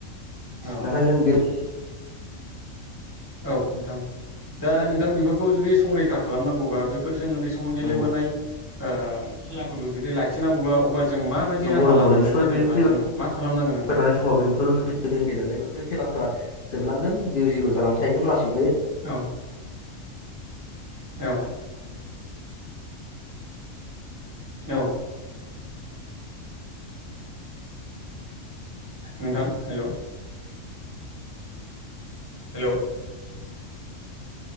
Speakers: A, on the right; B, on the left.
A: ।औ।
B: नाथाय जों गेले
A: औ नोंथां। दा नोंथां बेफोरखौ जुदि संरैखा खालामनांगौबा बैफोरजों उन्दै समाव गेलेबोनाय
B: नंगौ
A: ओ खेलाफोरखौ जुदि लाखिनांगौब्ला अबा जों माबायदि
B: नंगौ
A: राहा
B: नंगौ
A: लानांगोन
B: निस्सय
A: जेनेबा
B: बे फैबाय
A: जों मा खालामनांगोन नोंथां
B: <inaudible> थानाय समाव बेफोर जुदि गोदो गेलेनाय बेफोर खेलाफ्रा जोबलांगोन बिउ जिर' जानानै थाहगोन लासैनो
A: औ औ। औ। नोंथां हेल' हेल'